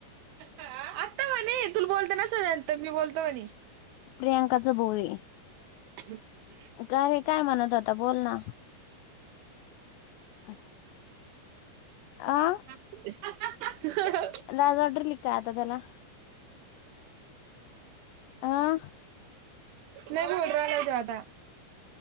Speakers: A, on the right; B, on the left.
A: आत्ता म्हणे तुला बोलते ना स <unintelligible> मी बोलतो म्हणे.
B: प्रियांकाचा भाऊये.
A: <inaudible>
B: का रे काय म्हणत होता बोल ना. आ?
A: <unintelligible>
B: लाज वाटाली का आता त्याला? हा
A: नाही बोल <unintelligible> आता.